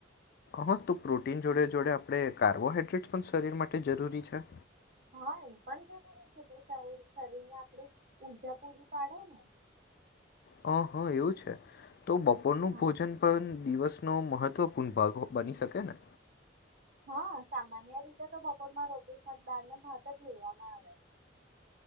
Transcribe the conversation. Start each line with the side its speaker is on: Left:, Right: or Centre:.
Left: હા તો પ્રોટીન જોડે જોડે આપણે કાર્બોહાઈડ્રેટ પણ શરીર માટે જરૂરી છે
Right: હા એ પણ જરૂરી છે કે શરીર ને આપણે ઉર્જા પૂરી પાડે ને
Left: હ હા એવું છે તો બપોરનું
Right: હા
Left: ભોજન પણ દિવસનો મહત્ત્વપૂર્ણ ભાગ બની શકે ને
Right: હા સામાન્ય રીતે તો બપોરમાં રોટી શાકદળ ને ભાત જ લેવામાં આવે